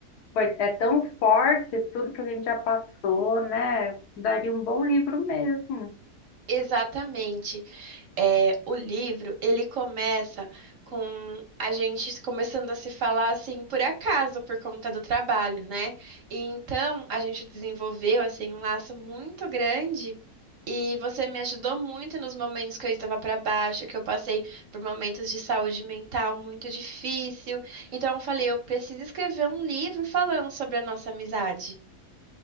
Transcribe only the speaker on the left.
Pois é tão forte tudo que a gente já passou, né? Daria um bom livro mesmo.